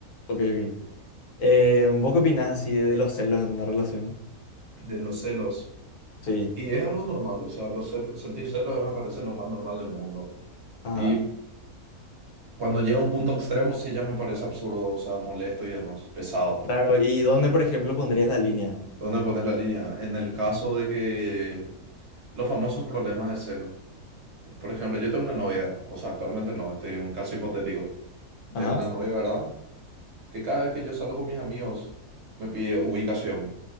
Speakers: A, on the left; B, on the right.
A: Ok, ok. Eh, ¿vos qué opinás así de, de los celos en una relación?
B: de los celos.
A: Sí.
B: Y es algo normal, o sea, los celos, sentir celos a mí me parece lo más normal del mundo.
A: Ajá.
B: Y cuando llega a un punto extremo, sí ya me parece absurdo, o sea, molesto y demás, pesado.
A: Claro, ¿y dónde, por ejemplo, pondrías la línea?
B: ¿Dónde pones la línea? En el caso
A: Ujú.
B: de que los famosos problemas de celos. Por ejemplo, yo tengo una novia, o sea, actualmente no, este es un caso hipotético.
A: Ajá.
B: Tengo una novia, ¿verdad? Que cada vez que yo salgo con mis amigos me pide ubicación,